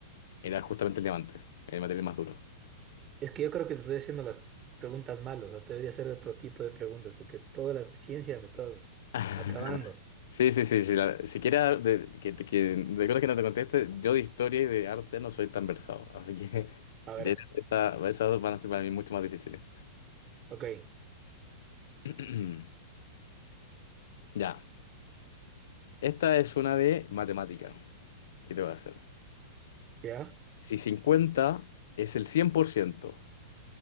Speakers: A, on the left (about 60°); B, on the right (about 20°).
A: era justamente el diamante, el material más duro.
B: Es que yo creo que te estoy haciendo las preguntas mal, o sea, te debería hacer otro tipo de preguntas porque todas las de ciencia me estás
A: <laughs>
B: acabando.
A: Sí, sí, sí, sí. la- siquiera de, que, que- de cosas que no te conteste, yo de historia y de arte no soy tan versado. Así que <laughs>
B: A ver,
A: de- esa- esas dos van a ser para mí mucho más difíciles.
B: ok,
A: <clears throat> Ya. Esta es una de matemática. ¿Qué te voy a hacer?
B: ¿ya?
A: Si cincuenta es el cien por ciento